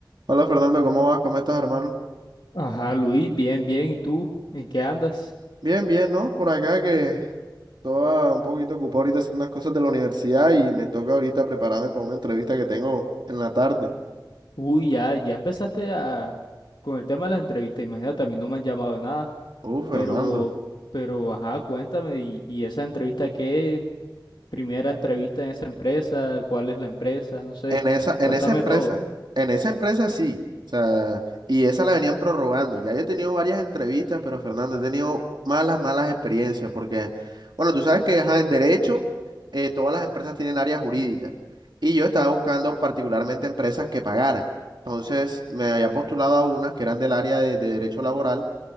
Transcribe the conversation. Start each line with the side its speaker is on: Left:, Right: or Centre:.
Right: Hola Fernando, ¿cómo vas? ¿Cómo estás, hermano?
Left: Ajá, Luis, bien, bien. ¿Y tú? ¿En qué andas?
Right: Bien, bien, ¿no? Por acá que estaba un poquito ocupado ahorita haciendo unas cosas de la universidad y me toca ahorita prepararme para una entrevista que tengo en la tarde.
Left: Uy, ya, ya empezaste a con el tema de las entrevistas. Imagínate, a mí no me han llamado de nada.
Right: Uh, Fernando.
Left: Pero, pero, ajá, cuéntame. ¿Y, y esa entrevista qué? Primera entrevista en esa empresa. ¿Cuál es la empresa? No sé.
Right: En esa, en
Left: Cuéntame
Right: esa empresa,
Left: todo.
Right: en esa empresa sí. O sea, y esa la venían prorrogando. Ya yo he tenido varias entrevistas, pero Fernando, he tenido malas, malas experiencias porque, bueno, tú sabes que ajá, en derecho eh, todas las empresas tienen áreas jurídicas y yo estaba buscando particularmente empresas que pagaran. Entonces me había postulado a unas que eran del área de, de derecho laboral.